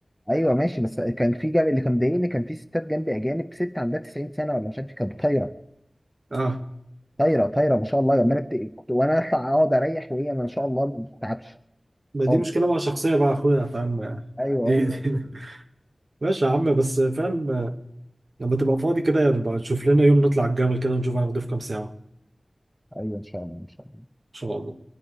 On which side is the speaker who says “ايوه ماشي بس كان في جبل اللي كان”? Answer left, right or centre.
Centre